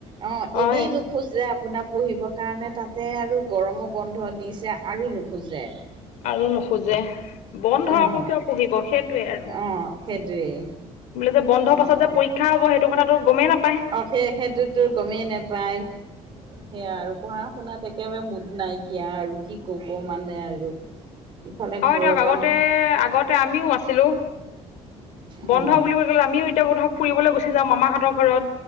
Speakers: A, on the right; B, on the left.
A: অঁ
B: হয়
A: এনেই নোখোজ যে আপোনাৰ পঢ়িব কাৰণে তাতে আৰু গৰমৰ বন্ধ দিছে আৰু নোখোজে।
B: আৰু নোখোজে, বন্ধ
A: অ'
B: আকৌ কিয় পুঢ়িব সেইটোৱে আৰু।
A: অ' সেইটোৱেই
B: বোলে যে বন্ধৰ
A: অ'।
B: পাছত যে পৰীক্ষা হ'ব সেইটো কথাটো গমেই নাপায়।
A: সে সেইটোতো গমেই নেপায়। সেয়া আৰু পঢ়া - শুনাত একেবাৰে মুদ নাইকিয়া আৰু কি কব মানে আৰু? ইফালে
B: হয়
A: ঘৰত
B: দিয়ক আগতে আগতে আমিও আছিলো।
A: হয়
B: বন্ধ বুলিব গলে আমিও এতিয়া বো ধক ফুৰিবলৈ গুচি যাম মামাহঁতৰ ঘৰত।